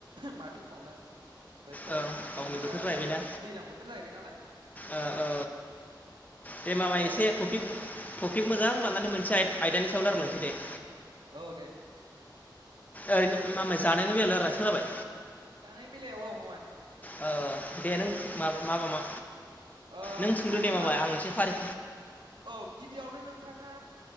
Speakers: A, on the right; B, on the left.
A: माथो होनबावनो बोथोर-बोथोराबो
B: औ गावनि बोथोर जाहैबायना
A: दैलां बोथोर जाहैबाय नालाय
B: ओ औ दे
A: आयदो
B: मामाय इसे टपिक-टपिक मोजां लानानै मोनसे आय-आयदानि सायाव लारालांनोसै दे
A: औ दे
B: ओरैनो मामाय जानायनि बेलायाव <unintelligible>
A: जानायनि बेलायाव ओ मामाय
B: औ दे नों
A: औ
B: मा-माबा मा
A: ओ
B: नों
A: नोंथाङा
B: सोंदो दे माबाय
A: मा
B: आं एसे फारि
A: औ गिबियावनो नों थाङा